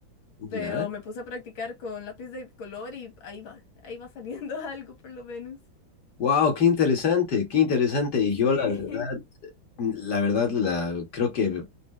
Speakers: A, on the left; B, on the left.
A: Ya.
B: Pero me puse a practicar con lápiz de color y ahí va, ahí va saliendo <laughs> algo por lo menos.
A: Wow, qué interesante, qué interesante. Y
B: Sí,
A: yo, la verdad.
B: <laughs>
A: mm, La verdad, la, creo que,